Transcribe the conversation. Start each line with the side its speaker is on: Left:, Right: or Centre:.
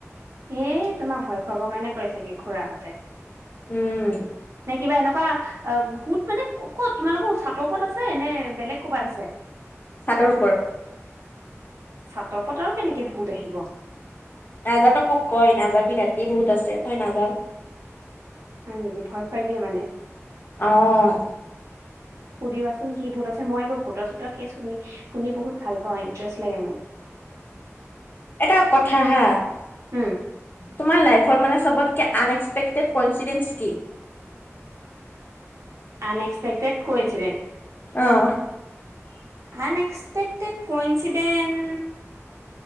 Right: এ, তোমাক ভয় খুৱাবৰ কাৰণে কয় চাগে খুৰাহঁতে।
Left: উম।
Right: নে কিবা এনেকুৱা অ', ভুত মানে ক'ত তোমালোকৰ চাটৰওপৰত আছে নে বেলেগ ক'ৰবাত আছে?
Left: ছাটৰ ওপৰত।
Right: ছাতৰ ওপৰত আৰু কেনেকে ভূত আহিব?
Left: নাজানো মোক কয় নাযাবি ৰাতি বহুত আছে মই নাযাও।
Right: হয়, নেকি ভয় খুৱাই দিয়ে মানে।
Left: অ <inaudible>
Right: সুধিবাচোন কি ভূত আছে মই এইবোৰ ভূতৰ চোতৰ কেচ শুনি শুনি বহুত ভাল পাওঁ ইণ্টাৰেষ্ট লাগে মোৰ।
Left: এটা কথা হা
Right: উম
Left: তোমাৰ লাইফৰ মানে চবতকে আনএ্সপেক্টেড ক' ইঞ্চিদেঞ্চ কি?
Right: আনএক্সপেক্তেদ ক' ইঞ্চিডেঞ্চ?
Left: অ'।
Right: আন একক্সপেকটেড ক' ইচিডেণ্ট